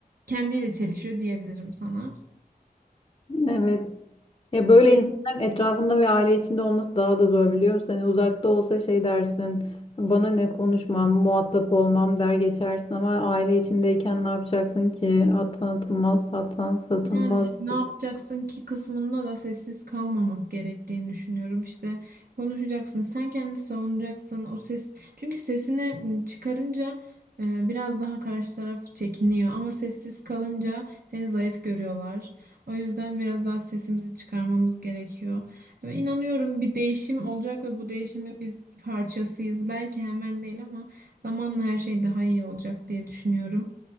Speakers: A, on the right; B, on the left.
A: kendiyle çelişiyor diyebilirim sana.
B: Evet. Ya böyle insanların etrafında ve aile içinde olması daha da zor biliyor musun? Hani uzakta olsa şey dersin, bana ne konuşmam, muhatap olmam der geçersin ama aile içindeyken ne yapacaksın ki? Atsan atılmaz, satsan satılmaz.
A: Yani işte ne yapacaksın ki kısmında da sessiz kalmamak gerektiğini düşünüyorum. İşte konuşacaksın, sen kendini savunacaksın. O ses çünkü sesini m, çıkarınca e, biraz daha karşı taraf çekiniyor ama sessiz kalınca seni zayıf görüyorlar. O yüzden biraz daha sesimizi çıkarmamız gerekiyor. Ve inanıyorum bir değişim olacak ve bu değişimin biz bir parçasıyız. Belki hemen değil ama zamanla her şey daha iyi olacak diye düşünüyorum.